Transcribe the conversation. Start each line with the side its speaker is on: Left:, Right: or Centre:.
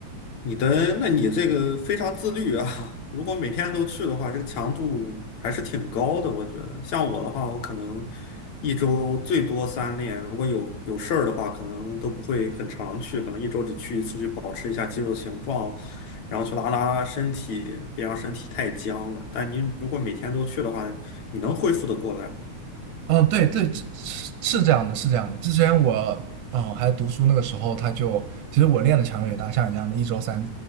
Left: 你的，那你这个非常自律啊！<laughs> 如果每天都去的话，这个强度还是挺高的，我觉得。像我的话，我可能一周最多三练，如果有有事儿的话，可能都不会很常去，可能一周只去一次，去保持一下肌肉形状，然后去拉拉身体，别让身体太僵了。但您如果每天都去的话，你能恢复得过来。
Right: 嗯，对对，是是这样的，是这样的。之前我嗯还读书那个时候，他就其实我练的强度也大，像你这样的一周三